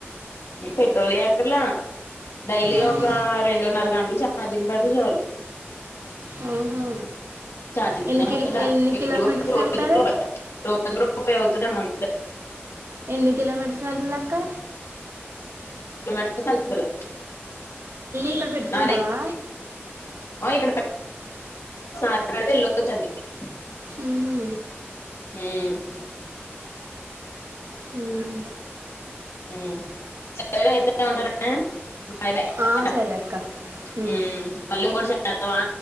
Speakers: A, on the left; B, on the right.
A: మ్ పెట్రోల్ ఎయ్యాక్కర్ల డైలీ
B: ఆహా,
A: ఒక రెండున్నర గంటలు ఛార్జింగ్ పడ్తే చాలు
B: హ్మ్ హు
A: ఛార్జింగ్
B: ఎన్ని
A: ఏమంటా
B: కిలో ఎన్ని
A: నీకు
B: కిలోమీటర్స్
A: రోజు రోజుకు
B: వెల్తాది
A: రూపాయి రోజుకు <unintelligible>
B: ఎన్ని కిలోమీట వెళ్తాదక్కా
A: <unintelligible>
B: ఇక్కడ పెట్టుకుంటావా
A: అది ఓ ఇక్కడ <unintelligible> <unintelligible>
B: మ్మ్ హు
A: మ్మ్
B: మ్మ్
A: మ్ సరే అయితే ఉంటనే <unintelligible>
B: ఆ, సరే అక్క
A: హ్మ్
B: ఉమ్.
A: మళ్ళీ ఇంక్కోటి చేస్తావా